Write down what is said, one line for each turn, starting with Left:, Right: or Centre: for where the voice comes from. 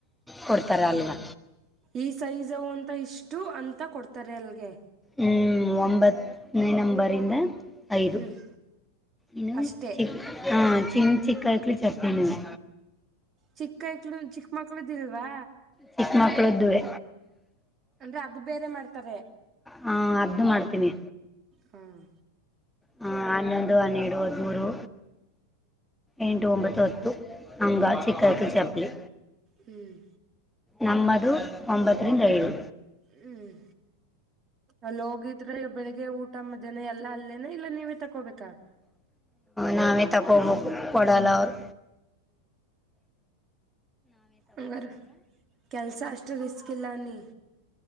Centre: ಕೊಡ್ತರಾ ಅಲ್ವಾ
Right: ಈ ಸೈಜವು ಅಂತ ಇಷ್ಟು ಅಂತ ಕೊಡ್ತಾರೆ ಅಲ್ಲಿಗೆ
Centre: ಹ್ಮ ಒಂಬತ್ತನೇ ನಂಬರಿಂದ ಐದು
Right: ಹ್ಮ್
Centre: ಇನ್ನು
Right: ಅಷ್ಟೇ
Centre: ಚಿ ಹ ಚಿ ಚಿಕ್ಕಕಲಿ ಚಟ್ನಿನ್ನು
Right: ಚಿಕ್ಕಕ್ಳ ಚಿಕ್ಕ ಮಕ್ಳ್ದಿಲ್ವಾ
Centre: ಚಿಕ್ಕ ಮಕ್ಕಳದುವೆ
Right: ಅಂದ್ರೆ ಅದು ಬೇರೆ ಮಾಡ್ತಾರೆ
Centre: ಹಾ ಅರ್ದು ಮಾಡ್ತೀನಿ
Right: ಹ್ಮ
Centre: ಹ ಹನ್ನೊಂದು ಹನ್ನೆರಡು ಹದ್ಮೂರು ಎಂಟು ಒಂಬತ್ತು ಹಂಗ ಚಿಕ್ಕಾಯಕ ಚಪ್ಲಿ
Right: ಹ್ಮ್
Centre: ನಂಬದು ಒಂಬತ್ತರಿಂದ ಏಳು
Right: ಹ್ಮ್ ಅಲ್ಲಿ ಹೋಗಿದ್ರೆ ಬೆಳಿಗ್ಗೆ ಊಟ ಮಧ್ಯಾಹನ ಎಲ್ಲಾ ಅಲ್ಲೇನ ಇಲ್ಲ ನೀವೇ ತಕೋಬೇಕಾ
Centre: ನಾವೇ ತಗೊಬೋ ಕೊಡಲ್ಲ ಅವ್ರು
Right: ಅಂಗರ್ ಕೆಲಸ ಅಷ್ಟು ರಿಸಿಸಕ ಇಲ್ಲ ನೀ